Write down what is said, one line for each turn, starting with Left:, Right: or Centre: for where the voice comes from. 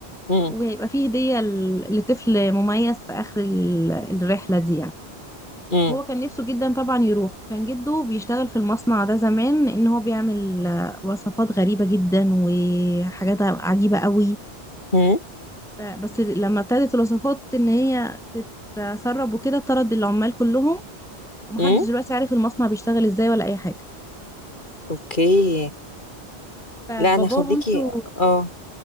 Left: امم
Centre: وهيبقى فيه هدية ل- لطفل مميز في آخر ال- الرحلة دي يعني
Left: امم
Centre: هو كان نفسه جدا طبعا يروح كان جده بيشتغل في المصنع ده زمان ان هو بيعمل آه، وصفات غريبة جدا وحاجات عجيبة قوي
Left: امم
Centre: فبس لما ابتدت الوصفات ان هي تتسرب وكده طرد العمال كلهم ومحدش
Left: امم
Centre: دلوقتي عارف المصنع بيشتغل ازاي ولا اي حاجه
Left: اوكي
Centre: فبابا
Left: لا انا خليكي
Centre: ومامته
Left: اه